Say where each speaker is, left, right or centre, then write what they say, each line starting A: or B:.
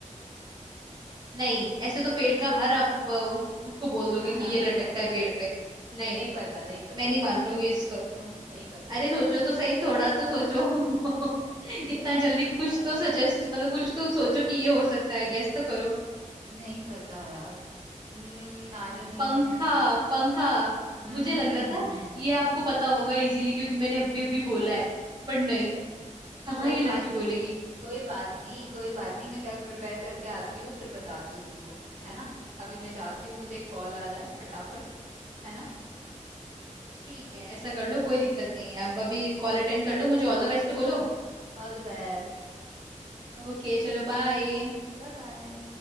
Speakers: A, on the right (about 30°); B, on the right (about 65°).
A: नहीं ऐसे तो पेड़ का हर आप अ, उस, उसको बोल
B: <laughs> नहीं
A: दोगे कि ये लटकता है पेड़ पे नहीं
B: पता नहीं पता
A: मैं नहीं मानूंगी इसको
B: नहीं पता
A: अरे सोचो तो सही थोड़ा तो सोचो <laughs>
B: अरे
A: इतना
B: यार
A: जल्दी कुछ तो सजेस्ट मतलब कुछ तो सोचो कि ये हो सकता है गेस तो करो
B: नहीं पता यार हम्म नारियल नहीं
A: पंखा
B: है
A: पंखा
B: हम्म
A: मुझे लग रहा था ये आपको पता होगा इजीली क्योंकि मैंने अभी अभी बोला है पर नहीं कहाँ
B: कोई
A: ये
B: बात
A: लड़की बोलेगी
B: नहीं कोई बात नहीं कोई बात नहीं मैं कल प्रिपेयर करके आती हूँ फिर बताती हूँ तुमको है ना अभी मैं जाती हूँ मुझे एक कॉल आ रहा है फटाफट है ना
A: ठीक है ऐसा कर लो कोई दिक्कत नहीं है आप अभी कॉल अटेंड कर लो मुझे ऑल द बेस्ट तो बोलो
B: All the best
A: ओके चलो बाय
B: Bye bye